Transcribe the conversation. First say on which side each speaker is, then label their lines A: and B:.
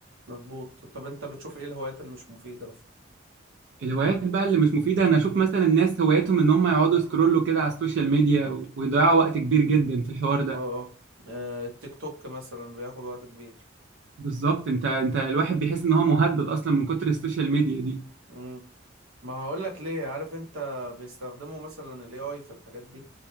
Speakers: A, on the right; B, on the right.
A: مظبوط طب انت بتشوف ايه الهوايات اللي مش مفيدة مثلا
B: الهوايات بقى اللي مش مفيدة انا اشوف مثلا الناس هوايتهم ان هم يقعدوا سكرولوا كده على السوشيال ميديا و- ويضيعوا وقت كبير جدا في الحوار ده
A: اه آه. آه، التيك توك مثلا بياخد وقت كبير
B: بالظبط انت انت الواحد بيحس ان هو مهدد اصلا من كتر السوشيال ميديا دي
A: مم. ما هقول لك ليه عارف انت بيستخدموا مثلا الاي اي في الحاجات دي